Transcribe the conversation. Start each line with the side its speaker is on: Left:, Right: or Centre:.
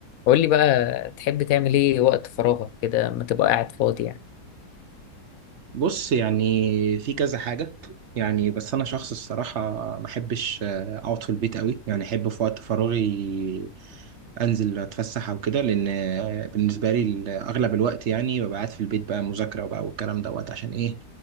Left: قول لي بقى تحب تعمل ايه وقت فراغك كده ما تبقى قاعد فاضي يعني
Right: بص يعني في كذا حاجة يعني بس أنا شخص الصراحة ما أحبش آه، أقعد في البيت قوي يعني أحب في وقت فراغي أنزل أتفسح أو كده لأن آه، بالنسبة لي ال- أغلب الوقت يعني ببقى قاعد في البيت بقى مذاكرة وبقى والكلام دوت عشان إيه